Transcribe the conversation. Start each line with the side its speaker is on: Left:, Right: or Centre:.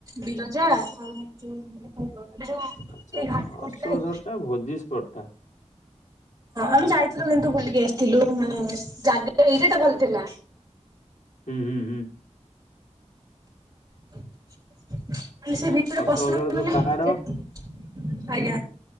Right: ବିରଜା, ଆଉ ଯୋଉ ଏବେ ଯୋଉ
Left: ଆଚ୍ଛା ଆଚ୍ଛା
Right: ଘାଟ ଘୁଟ
Left: ଅଶୋକ
Right: ନାହିଁ
Left: ଝରଟା ଭୋଜି ସ୍ପଟଟା।
Right: ହଁ ଆମେ ଯାଇଥିଲୁ କିନ୍ତୁ ବୁଲିକି ଆସିଥିଲୁ ମାନେ ଜାଗା ଏଇଟା ଏଟା ଭଲଥିଲା।
Left: ହୁଁ ହୁଁ ହୁଁ।
Right: ମାନେ ସେ ଭିତରେ
Left: ଅଶୋକଝର
Right: ପଶିଲା
Left: ଯୋଉ
Right: ମାନେ
Left: ପାହାଡ
Right: ଯେତ୍ ଆଜ୍ଞା।